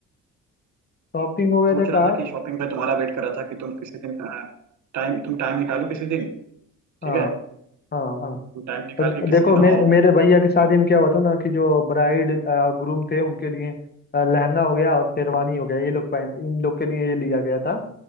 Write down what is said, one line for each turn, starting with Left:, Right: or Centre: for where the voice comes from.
Left: शॉपिंग वगैरह
Right: सोच रहा
Left: का
Right: था
Left: आप
Right: कि शॉपिंग में तुम्हारा वेट कर रहा था कि तुम किसी दिन टाइम तुम टाइम निकालो किसी दिन
Left: हाँ
Right: ठीक है
Left: हाँ हाँ
Right: तुम टाइम निकाल
Left: तो दे-
Right: के
Left: देखो
Right: किसी दिन
Left: मे,
Right: आओ
Left: मेरे भैया की शादी में क्या हुआ था ना कि जो ब्राइड ग्रूम थे उनके लिए अ, लहंगा हो गया और शेरवानी हो गया ये लोग पहन इन लोग के लिए ये लिया गया था